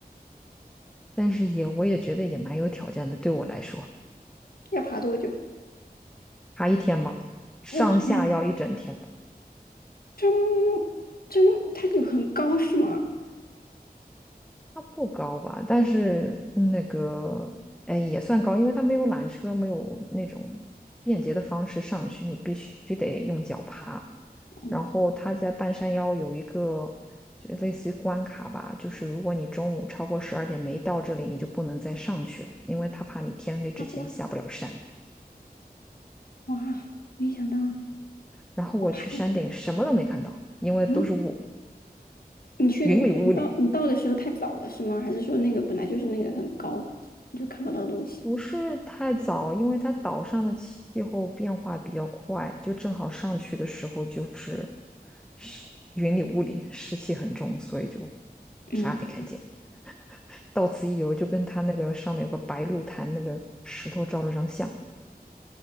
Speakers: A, in the centre; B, on the left.
A: 但是也我也觉得也蛮有挑战的，对我来说，
B: 要爬多久？
A: 爬一天吧，上下要一整天吧。
B: 一天。真真，它就很高是吗？
A: 它不高吧，但是那个哎也算高，因为它没有缆车，没有那种便捷的方式上去，你必须得用脚爬。
B: 哇，
A: 然后它在半山腰有一个就类似于关卡吧，就是如果你中午超过十二点没到这里，你就不能再上去了，因为他怕你天黑之前下不了山。
B: 大不来，哇，没想到要
A: 然后我去山顶什么都没看到，
B: 爬一天。
A: 因为都是雾，
B: 嗯，你去的，
A: 云里雾里。
B: 你说你到你到的时候太早了是吗？还是说那个本来就是那个很高，你就看不到东西？
A: 不是太早，因为它岛上的气候变化比较快，就正好上去的时候就是湿云里雾里，湿气很重，所以就
B: 嗯。
A: 啥也没看见。<laughs> 到此一游，就跟他那个上面有个白鹿潭那个石头照了张相。